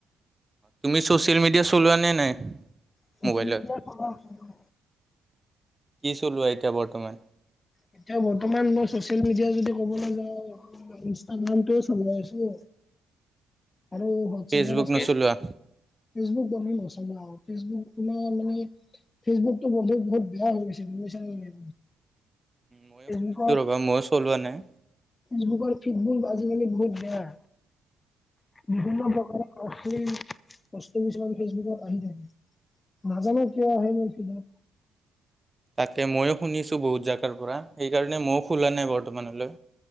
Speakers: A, on the right (about 20°); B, on the left (about 30°).
A: তুমি চ'চিয়েল মিডিয়া চলোৱা নে নাই
B: চচিয়েল
A: মোবাইলত
B: মিডিয়া চলাও চলাও
A: কি চলোৱা এতিয়া বৰ্তমান
B: এতিয়া বৰ্তমান মই চচিয়েল মিডিয়া যদি কবলৈ যাওঁ ইনষ্টাগ্ৰামটোও চলাই আছো আৰু হোৱাটছএপত
A: ফেচবুক
B: আছো
A: নচলোৱা?
B: ঠিকে আছে ফেচবুক বৰকে নচলাও ফেচবুক তোমাৰ মানে ফেচবুকটো বন্ধ বহুত বেয়া হৈ গৈছে বুজি পাইছা নে নাই
A: মইয়ো
B: ফেচবুকত
A: শুনিছোঁ ৰ'বা মইয়ো চলোৱা নাই
B: ফেচবুকৰ ফিডবুৰ আজিকালি বহুত বেয়া। বিভিন্ন প্ৰকাৰৰ অচশ্লিল অচশ্লিল কিছুমান ফেচবুকত আহি থাকে। নাজানো কিয় আহে মোৰ ফিল্ডত
A: তাকে ময়ো শুনিছো বহুত জেগাৰ পৰা সেইকাৰণে মইয়ো খোলা নাই বৰ্তমানলৈ।